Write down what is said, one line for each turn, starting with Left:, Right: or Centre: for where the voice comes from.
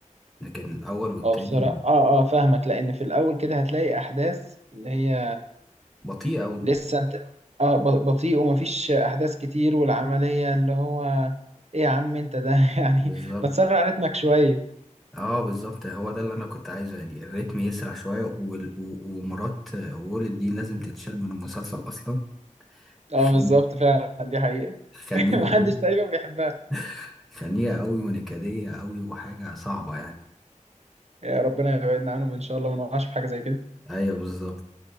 Centre: لكن الاول والتاني
Right: اه بصراحة اه اه فاهمك لأن في الأول كده هتلاقي أحداث اللي هي
Centre: بطيء قوي
Right: لسه أنت اه ب- بطيء ومفيش أحداث كتير والعملية اللي هو إيه يا عم أنت ده <laughs> يعني
Centre: بالظبط
Right: بتسرع رتمك شوية
Centre: اه بالظبط هو ده اللي انا كنت عايزه يعني الريتم يسرع شويه وال... و... ومرات وولد دي لازم تتشال من المسلسل اصلا
Right: اه
Centre: خن...
Right: بالظبط فعلا دي حقيقة
Centre: خنيقه
Right: <laughs> محدش
Centre: قوي
Right: تقريبا بيحبها
Centre: <laughs> خنيقه قوي ونكديه قوي وحاجه صعبه يعني
Right: يا ربنا يبعدنا عنهم إن شاء الله ما نقعش في حاجة زي كده
Centre: ايوه بالظبط